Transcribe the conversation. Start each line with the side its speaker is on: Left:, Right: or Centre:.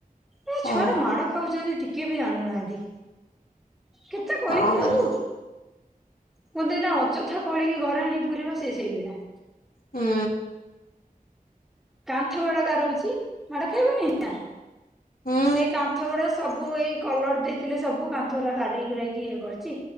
Centre: ଏ ଛୁଆ
Left: ଅ
Centre: ଟା ମାଡ ଖାଉଛନ୍ତି ଟିକେ ବି ଜାଣୁନାହାନ୍ତି। କେତେ କହିବି
Left: କଣ କରିବା
Centre: ଆଙ୍କୁ କୁହନ୍ତିନା ଅଯଥା କଳିକି ଘରେ ଆଣି ପୁରେଇବା ସିଏ ସେଇ ଭଳିଆ
Left: ହୁଁ
Centre: କାନ୍ଥ ବାଡ ଗାରଉଛି ମାଡ ଖାଇବନି ଏଇନା
Left: ହୁଁ
Centre: ସେ କାନ୍ଥ ଗୁଡା ସବୁ ଏଇ କଲର ଦେଇଥିଲେ ସବୁ କାନ୍ଥ ଗୁଡା ଗାରେଇ ଗୁରେଇକି ଇଏ କରିଛି